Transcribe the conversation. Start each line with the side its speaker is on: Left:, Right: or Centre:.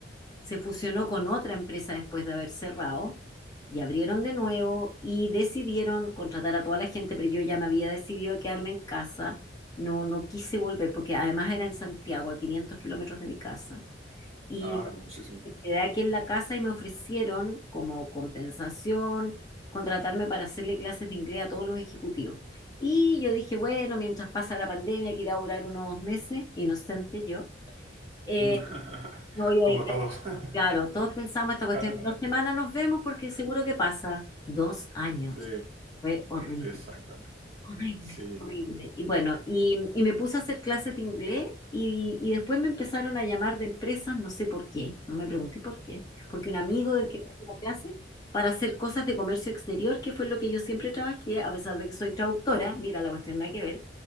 Left: se fusionó con otra empresa después de haber cerrado y abrieron de nuevo y decidieron contratar a toda la gente, pero yo ya me había decidido a quedarme en casa, no, no quise volver porque además era en Santiago, a 500 kilómetros de mi casa. y
Right: Ah, muchísimo.
Left: me quedé aquí en la casa y me ofrecieron como compensación contratarme para hacerle clases de inglés a todos los ejecutivos. Y yo dije, bueno, mientras pasa la pandemia, que irá a durar unos dos meses, inocente yo, eh,
Right: <laughs>
Left: me voy a
Right: Como
Left: dedicar-
Right: todos. <laughs>
Left: Claro, todos pensamos esta cuestión,
Right: Ah,
Left: en dos semanas nos vemos porque seguro que pasa. Dos años.
Right: Sí,
Left: Fue horrible.
Right: exactamente.
Left: Horrible,
Right: Sí.
Left: horrible. Y bueno, y, y me puse a hacer clases de inglés y, y después me empezaron a llamar de empresas, no sé por qué, no me pregunté por qué, porque un amigo del que me hacía la clase para hacer cosas de comercio exterior, que fue lo que yo siempre trabajé, a pesar de que soy traductora, mira, la cuestión nada que ver,